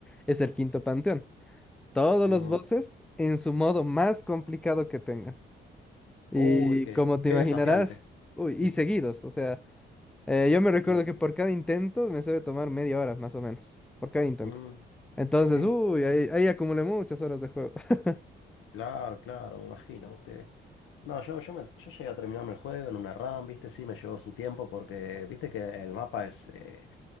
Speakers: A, in the centre; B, on the left.
A: es el quinto panteón. Todos
B: Mm.
A: los bosses en su modo más complicado que tengan. Y
B: Uy, qué,
A: como te
B: qué
A: imaginarás,
B: desafiante.
A: uy,
B: Sí.
A: y seguidos, o sea. Eh, yo me recuerdo
B: Ujú.
A: que por cada intento me suele tomar media hora, más o menos, por cada intento.
B: Mm,
A: Entonces,
B: qué,
A: uy, ahí, ahí acumulé muchas horas de juego. <laughs>
B: Claro, claro, me imagino. Usted... No, yo, yo, me- yo llegué a terminarme el juego en una RAM, viste, sí, me llevó su tiempo porque viste que el mapa es... eh,